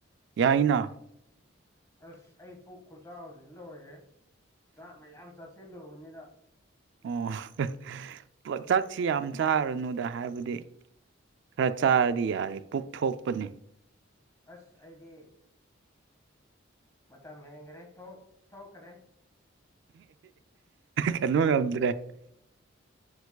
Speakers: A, on the right; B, on the left.
A: ꯌꯥꯏꯅ
B: ꯑꯁ ꯑꯩ ꯄꯨꯛ ꯈꯨꯆꯖꯤ ꯂꯣꯏꯔꯦ ꯆꯥꯛ ꯃꯌꯥꯝ ꯆꯥꯁꯤꯜꯂꯨꯕꯅꯤꯅ
A: ꯑꯣ ꯆꯥꯛꯁꯤ ꯌꯥꯝ ꯆꯥꯔꯅꯨꯗ ꯍꯥꯏꯕꯗꯤ ꯈꯔ ꯆꯥꯔꯗꯤ ꯌꯥꯔꯦ ꯄꯨꯛ ꯊꯣꯛꯄꯅꯤ
B: ꯑꯁ ꯑꯩꯗꯤ ꯃꯝ ꯍꯦꯡ ꯔꯦ ꯊꯣ ꯊꯣꯈ꯭ꯔꯦ
A: ꯀꯟꯅꯣ ꯉꯝꯗ꯭ꯔꯦ